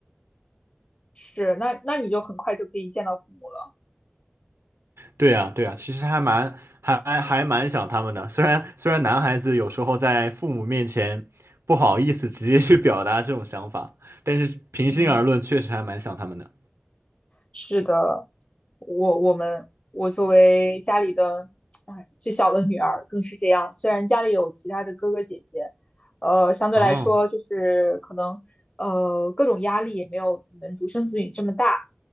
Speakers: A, on the left; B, on the right.
A: 是，那那你就很快就可以见到父母了。
B: 对呀，对呀，其实还蛮还还蛮想他们的。虽然虽然男孩子有时候在父母面前不好意思直接去表达这种想法，但是平心而论，
A: 嗯。
B: 确实还蛮想他们的。
A: 是的，我我们我作为家里的哎最小的女儿更是这样。虽然家里有其他的哥哥姐姐，呃，相对来说就是可能呃各种压力也没有你们独生子女这么大。
B: 哦，